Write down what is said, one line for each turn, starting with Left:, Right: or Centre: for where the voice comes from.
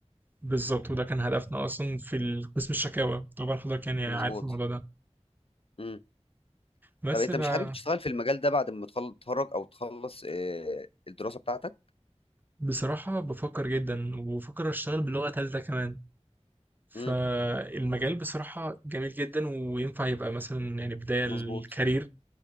Right: بالظبط وده كان هدفنا أصلا في ال- قسم الشكاوى طبعا حضرتك يعني
Left: مظبوط
Right: عارف الموضوع ده
Left: مم.
Right: بس
Left: طب انت
Right: ف-
Left: مش حابب تشتغل في المجال ده بعد ما تخل- تتخرج او تخلص آه، الدراسة بتاعتك
Right: بصراحة بفكر جدا وبفكر أشتغل بلغة تالتة كمان فالمجال
Left: امم
Right: بصراحة جميل جدا وينفع يبقى مثلا يعني بداية الكارير
Left: مظبوط